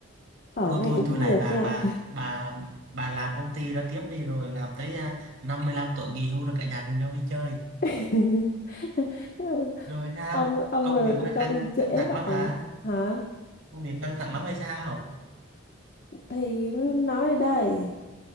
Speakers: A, on the left; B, on the right.
A: ở
B: thôi
A: này
B: tôi
A: cũng
B: tôi
A: không
B: lại
A: được
B: bà
A: nha
B: bà bà bà làm công ty đó tiếp đi rồi làm tới à, 55 tuổi nghỉ hưu rồi cả nhà cùng nhau đi chơi
A: <laughs>
B: rồi sao
A: ông ông
B: công
A: ờ,
B: việc
A: cứ
B: đã
A: cho
B: căng
A: đi trễ
B: căng thẳng
A: vậy
B: lắm à
A: hả
B: công việc căng thẳng lắm hay sao
A: thì nói đây